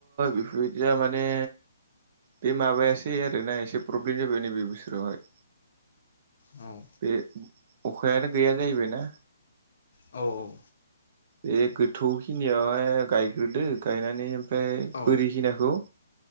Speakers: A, on the right; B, on the left.
A: बेफोरबायदिया माने बे माबायासै आरोना एसे प्रब्लेम जाबाय नैबे बोसोरावहाय
B: औ
A: बे अखायानो गैया जाहैबायना
B: औ औ
A: बे गोथौखिनियावहाय गायग्रोदो गायनानै ओमफ्राय
B: औ
A: बोरिखिनाखौ